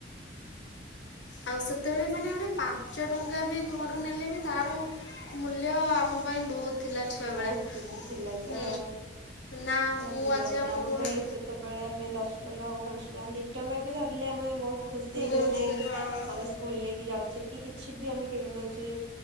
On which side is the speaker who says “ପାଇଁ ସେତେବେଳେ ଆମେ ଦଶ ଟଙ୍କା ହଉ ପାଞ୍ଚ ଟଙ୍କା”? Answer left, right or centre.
Right